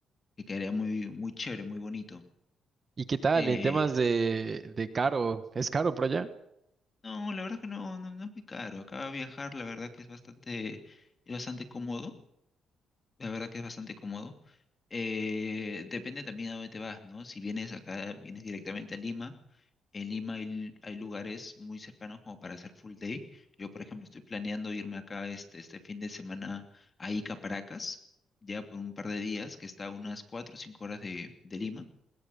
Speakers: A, on the left; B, on the right.
A: que quedaría muy, muy chévere, muy bonito.
B: ¿Y qué tal
A: Eh,
B: en temas de, de caro? ¿Es caro por allá?
A: No, la verdad que no, no, no es muy caro. Acá viajar, la verdad que es bastante, es bastante cómodo. La verdad que es bastante cómodo. Eh, depende también a dónde te vas, ¿no? Si vienes acá, vienes directamente a Lima. En Lima hay, hay lugares muy cercanos como para hacer full day. Yo, por ejemplo, estoy planeando irme acá este, este fin de semana a Ica, Paracas, ya por un par de días, que está a unas cuatro o cinco horas de, de Lima.